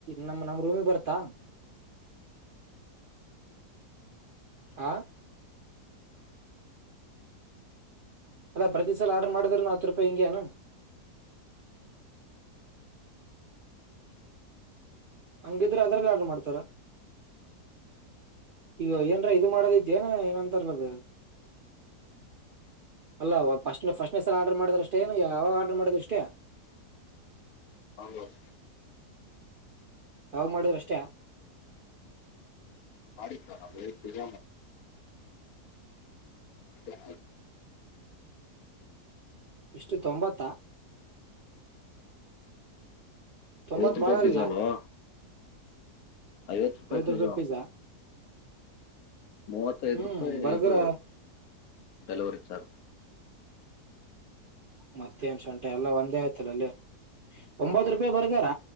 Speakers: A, on the right; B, on the left.
A: ನಮ್ಮ <unintelligible> ನಮ್ ರೂಮಿಗೆ ಬರ್ತಾ ಆ ಅಲ್ಲಾ ಪ್ರತಿ ಸಲ ಆರ್ಡರ್ ಮಾಡಿದ್ರನು ಹತ್ ರೂಪಾಯಿ ಹೆಂಗ ಅನ <unintelligible> ಹಂಗಿದ್ರೆ ಅದ್ರಲೇ ಆರ್ಡರ್ ಮಾಡ್ತಾರ ಈಗ ಏನ್ರ ಇದು ಮಾಡದ ಇದ್ದೇಏನ ಏನಂತಾರಲದು ಅಲ್ಲ ಫಸ್ಟ್ ಫಸ್ಟ್ನ ಸರ್ ಆರ್ಡರ್ ಮಾಡಿದ್ ಅಷ್ಟೇನು ಯಾವಾಗ ಆರ್ಡರ್ ಮಾಡಿದ್ ಅಷ್ಟೇ <inaudible>
B: ಹ <unintelligible>
A: ಯಾವ ಮಾಡುದ್ರಷ್ಟೆ
B: ಆಡಿ ಪಜ <unintelligible>
A: <inaudible> ಇಷ್ಟು ತೊಂಬತ್ತ ತೊಂಬತ್
B: ಐವತ್ತು ರೂಪಾಯಿ
A: ಬಾಳ
B: ಪಿಜಾಲ್ವಾ
A: ಇಲ್ಲ
B: ಐವತ್ತು ರೂಪಾಯಿ
A: ಐವತ್
B: ಪಿಜಾ
A: ಪಿಜ್ಜಾ
B: ಮೂವತ್ತೈದು
A: ಹ್ಮ್
B: ರೂಪಾಯಿ
A: ಬರ್ಗರ
B: ಇದು ಡೆಲಿವರಿ ಚಾರ್ಜ್
A: ಮತ್ತೇನ್ ಸುಂಟ ಎಲ್ಲಾ ಒಂದೇ ಆಯ್ತಿಲ್ಲ ಅಲ್ಲಿ ಒಂಬತ್ತು ರೂಪಾಯಿ ಬರ್ಗಾರ